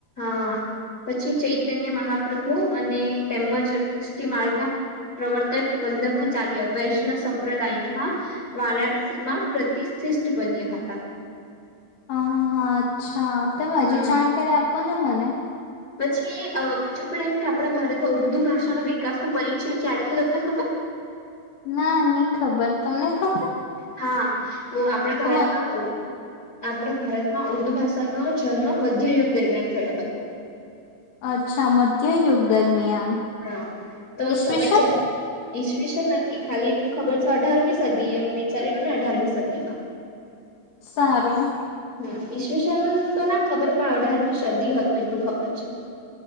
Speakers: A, on the left (about 45°); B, on the left (about 80°).
A: હા, પછી ચૈતન્ય મહાપ્રભુ અને તેમજ પુષ્ટિ માર્ગના પ્રવર્તક વલ્લભાચાર્ય વૈષ્ણ સંપ્રદાયના વારાણસીમાં પ્રતિષિષઠ બન્યા હતા.
B: હા, હા અચ્છા. હા, તમે
A: હમ
B: હજી જાણકારી આપો ને મને
A: પછી અ બીજું પણ એમ કે આપણા ભારતમાં ઉર્દુ ભાષાનો વિકાસનો પરિચય ક્યારે તમને ખબર?
B: ના, ની ખબર. તમને ખબર
A: હા. તો આપણા ભારતમાં
B: તો
A: હોય. આપણા ભારતમાં ઉર્દુ ભાષાનો જન્મ મધ્યયુગ દરમિયાન થયો હતો.
B: અચ્છા, મધ્યયુગ દરમિયાન.
A: હમ, તો
B: ઈસવીસન
A: સમય જતાં ઈશવીસ નથી ખાલી એટલું ખબર છે અઢારમી સદીએ વિચારી લો ને અઢારમી સદીમાં
B: સારું.
A: <unintelligible> ટયુશન તો ના ખબર પણ શરદી હતું, એટલું ખબર છે.